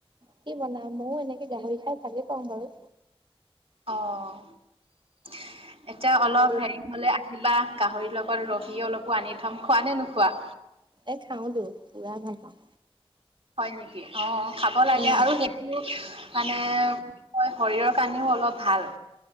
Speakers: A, on the right; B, on the right.
A: কি বনাওঁ? মও এনেকে গাহৰি খাই ভালে পাওঁ বাৰু।
B: অঁ এতিয়া অলপ
A: খালি
B: হেৰি- মোলে আহিবা গাহৰিৰ লগত ৰহি অলপো আনি থম খোৱা নে নোখোৱা?
A: এই খাওঁ টো পুৰা ভাল পাওঁ।
B: হয় নেকি? অঁ খাব লাগে
A: উম,
B: আৰু সেইট- আৰু মানে কয় শৰীৰৰ কাৰণেও অলপ ভাল।